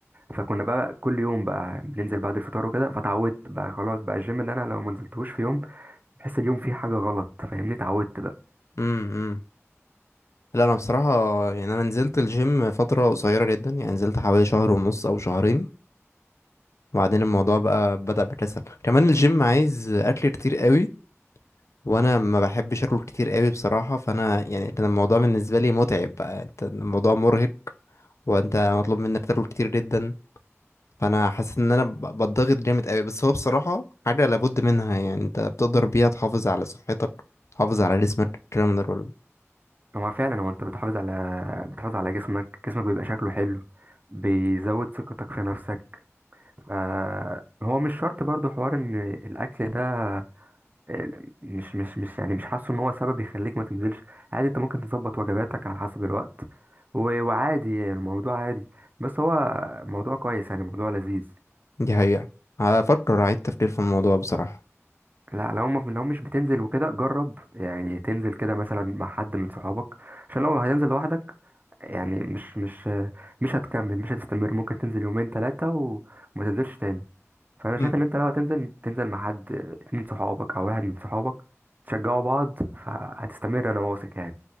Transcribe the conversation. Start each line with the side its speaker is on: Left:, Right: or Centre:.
Right: فكنا بقى كل يوم بقى بننزل بعد الفطار وكده فتعودت بقى خلاص بقى الجيم ان انا لو ما نزلتوش في يوم بحس اليوم فيه حاجه غلط فاهمني اتعودت بقى
Left: امم امم. لا انا بصراحه يعني انا نزلت الجيم فتره قصيره جدا يعني نزلت حوالي شهر ونص او شهرين وبعدين الموضوع بقى بدأ بكسل كمان الجيم عايز اكل كتير قوي وانا ما بحبش اكل كتير قوي بصراحه فانا يعني كان الموضوع بالنسبه لي متعب بقى يعني انت الموضوع مرهق وانت مطلوب منك تاكل كتير جدا فانا حاسس ان انا ب- بتضغط جامد قوي بس هو بصراحه حاجه لابد منها يعني انت بتقدر بيها تحافظ على صحتك تحافظ على جسمك الكلام ده كله
Right: هو فعلا هو انت بتحافظ على بتحافظ على جسمك جسمك بيبقى شكله حلو بيزود ثقتك في نفسك آه هو مش شرط برضو حوار ان الاكل ده آه، مش مش مش يعني مش حاسه ان هو سبب يخليك ما تنزلش عادي انت ممكن تظبط وجباتك على حسب الوقت و- وعادي الموضوع عادي بس هو موضوع كويس يعني موضوع لذيذ
Left: دي حقيقه هفكر اعيد تفكير في الموضوع بصراحه
Right: لا لو ما لو مش بتنزل وكده جرب يعني تنزل كده مثلا مع حد من صحابك عشان لو هتنزل لوحدك يعني مش مش مش هتكمل مش هتستمر ممكن تنزل يومين ثلاثة وما تنزلش تاني فانا
Left: مم.
Right: شايف ان انت لو هتنزل تنزل مع حد اتنين صحابك او واحد من صحابك تشجعوا بعض فهتستمر انا واثق يعني